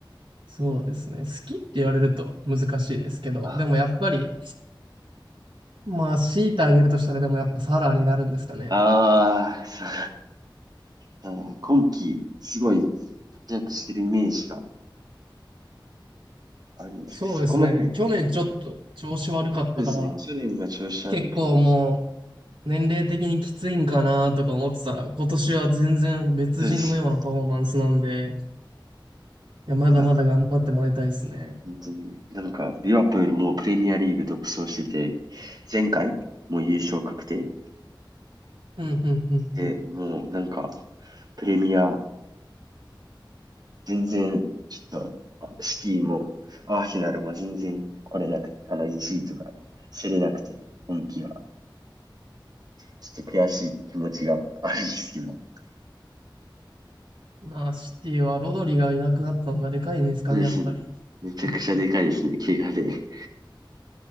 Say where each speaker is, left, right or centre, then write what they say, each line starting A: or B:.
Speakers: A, on the right; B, on the right.
A: そうですね。好きって言われると難しいですけど、
B: あ
A: でもやっぱり、まあ強いてあげるとしたらでもやっぱサラーになるんですかね。
B: あー、そう。だから今季、すごい活躍してるイメージがあるんですけど、
A: そうですね。
B: そこまで、そ
A: 去年ちょっと調子悪かったから、
B: うですね、去年が調子悪くて、
A: 結構もう年齢的にきついんかなとか思ってたら、今年は全然別人のようなパフォーマンスなんで、
B: そうですね。
A: いや、まだまだ頑張ってもらいたいですね。
B: いや、本当に、なんか、リバプールもうプレミアリーグ独走してて、前回、もう優勝確定
A: うん、うん、うん、
B: で、
A: うん。
B: もうなんか、プレミア全然、ちょっと、あシティも、アーセナルも全然来れなく、あの、1位とか、競れなくて、今季は。ちょっと悔しい気持ちがあるんですけど。
A: まあ、シティはロドリがいなくなったのがでかいんですかね、
B: そうですね。
A: やっぱり。
B: めちゃくちゃでかいですね、
A: <laughs>
B: 怪我で。